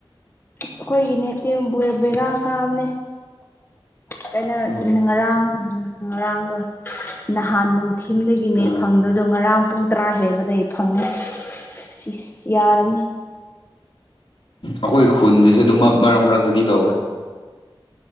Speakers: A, on the left (about 25°); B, on the left (about 65°).
A: ꯏꯁ ꯑꯈꯣꯏꯒꯤ ꯅꯦꯠꯇꯤ ꯕꯣꯏ ꯕꯦꯔꯥ ꯀꯥꯕꯅꯦ ꯀꯩꯅꯣ
B: ꯑꯣ
A: ꯉꯔꯥꯡ ꯉꯔꯥꯡꯗꯣ ꯅꯍꯥꯟ ꯅꯨꯡꯊꯤꯟꯗꯒꯤ ꯅꯦꯠ
B: ꯑꯥ
A: ꯐꯪꯗꯥ ꯗꯨ ꯉꯔꯥꯡ ꯄꯨꯡ ꯇꯔꯥ ꯍꯦꯟꯕꯗꯩ ꯐꯪꯉꯦ ꯁꯤ ꯌꯥꯔꯅꯤ
B: ꯑꯈꯣꯏ ꯈꯨꯟꯗꯁꯨ ꯑꯗꯨꯝ ꯃꯔꯛ ꯃꯔꯛꯇꯗꯤ ꯇꯧꯋꯦ